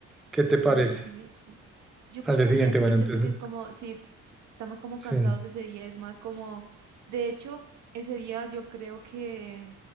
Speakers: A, in the centre; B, on the right.
A: ¿Qué te parece?
B: Al día siguiente. Yo
A: Al
B: creo
A: día
B: que
A: siguiente,
B: al día siguiente
A: bueno, entonces,
B: porque es como, sí, estamos como
A: sí.
B: cansados de ese día, es más como, de hecho, ese día yo creo que